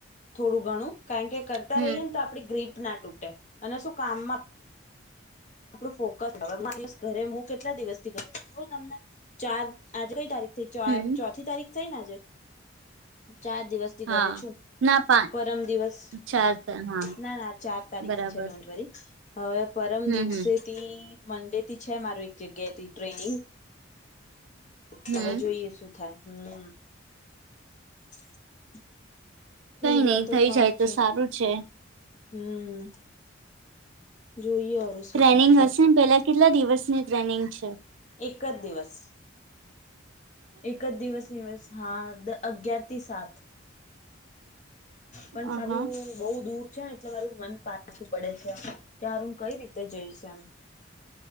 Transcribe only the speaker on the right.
હમ
હમ
હા
ના પા
ચાર હા
બરાબર
હમ
હમ
હમ
કઈ
નઈ
થઈ
તો
સારું છે
ટ્રેનિંગ
હશે ને પેલા કેટલા દિવસની ટ્રેનિંગ છે
અ
હા.